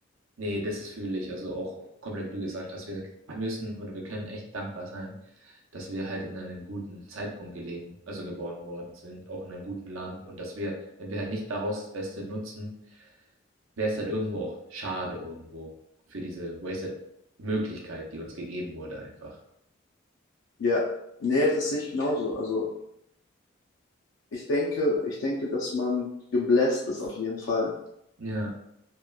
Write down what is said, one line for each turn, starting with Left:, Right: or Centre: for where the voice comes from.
Right: Nee, das ist fühle ich. Also auch komplett, wie du gesagt hast, wir müssen oder wir können echt dankbar sein, dass wir halt in einem guten Zeitpunkt gelebt, also geboren worden sind, auch in einem guten Land und dass wir, wenn wir halt nicht daraus das Beste nutzen, wäre es halt irgendwo auch schade irgendwo für diese Wasted Möglichkeit, die uns gegeben wurde einfach.
Left: Ja, nee, das sehe ich genauso. Also, ich denke, ich denke, dass man gebläst ist auf jeden Fall.
Right: Ja.